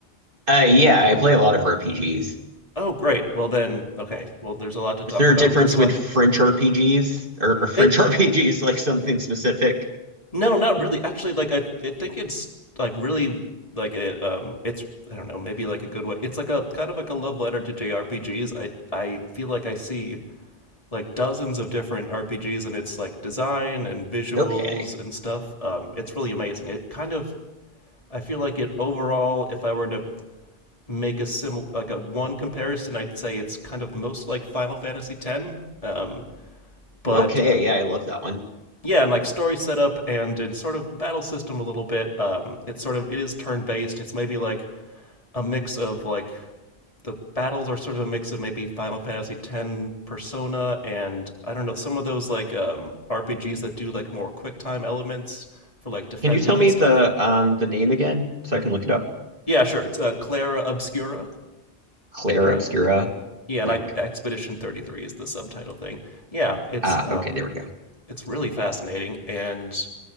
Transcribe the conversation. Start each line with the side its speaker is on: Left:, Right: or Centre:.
Right: Uh, yeah, I play a lot of RPGs.
Left: Oh, great. Well, then, okay. Well, there's a lot to talk
Right: Is there
Left: about
Right: a difference
Left: with this one.
Right: with French RPGs or, or French
Left: It
Right: <laughs> RPGs, like something specific?
Left: No, not really. Actually, like I, I think it's like really like it. Um, it's I don't know, maybe like a good way. It's like a kind of like a love letter to JRPGs. I I feel like I see like dozens of different RPGs and it's like design and visuals
Right: Okay,
Left: and stuff. Um, it's really amazing. It kind of I feel like it overall. If I were to make a sim like a one comparison, I'd say it's kind of most like Final Fantasy X. Um, but
Right: okay,
Left: uh,
Right: yeah, I love that one.
Left: yeah, and like story setup and in sort of battle system a little bit. Um, it's sort of it is turn based. It's maybe like a mix of like the battles are sort of a mix of maybe Final Fantasy X Persona and I don't know some of those like um, RPGs that do like more quick time elements for like defending
Right: Can you tell me
Left: and stuff.
Right: the um the name again so I can look it up?
Left: Yeah, sure. It's uh, Clara Obscura
Right: Claire
Left: and
Right: Obscura.
Left: yeah, and
Right: Like,
Left: I, Expedition 33 is the subtitle thing. Yeah, it's
Right: ah,
Left: um,
Right: okay, there we go.
Left: it's really fascinating and